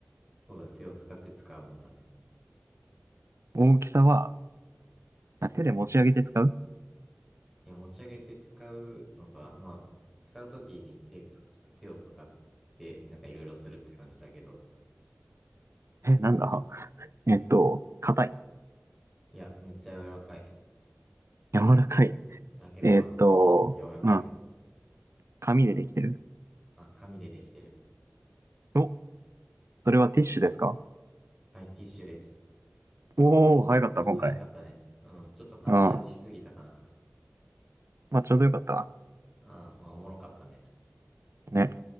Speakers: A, in the centre; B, on the right.
A: そうだ、手を使って使うもんだね。
B: 大きさは、あ手で持ち上げて使う
A: いや、持ち上げて使うのか、まあ、使うときに手つ、手を使って、なんかいろいろするって感じだけど。
B: え、なんだえっと、硬い。
A: いや、めっちゃ柔らかい。
B: 柔らかい。
A: あ、けどまあ、
B: えっと、
A: うん、柔らかいな。
B: うん。紙でできてる。
A: まあ、紙でできてる。
B: お、それはティッシュですか
A: はい、ティッシュです。
B: おおー、早かった、
A: お、
B: 今回。
A: 早かったね。うん、ちょっと簡単にしすぎたかな。
B: うん。まあ、ちょうどよかったわ。
A: あ、まあ、おもろかったね。
B: ね。